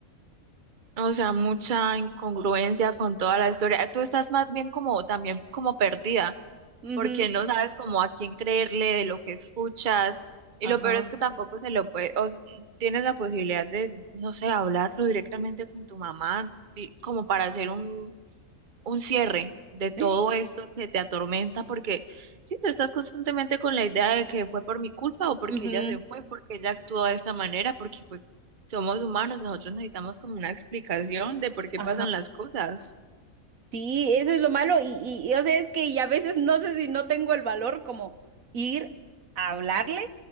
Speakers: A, on the right; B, on the right.
A: O sea, mucha incongruencia con toda la historia. Tú estás más bien como también como perdida,
B: Ujú,
A: porque no sabes como a quién creerle de lo que escuchas. Y
B: ajá.
A: lo peor es que tampoco se lo puede, o tienes la posibilidad de, no sé, hablarlo directamente con tu mamá, di- como para hacer un un cierre de todo
B: <laughs>
A: esto que te atormenta, porque si tú estás constantemente con la idea de que fue por mi culpa o porque
B: ujú,
A: ella se fue, porque ella actuó de esta manera, porque pues somos humanos, nosotros necesitamos como una explicación de por qué
B: ajá.
A: pasan las cosas.
B: Sí, eso es lo malo y, y, y, o sea, es que y a veces no sé si no tengo el valor como ir a hablarle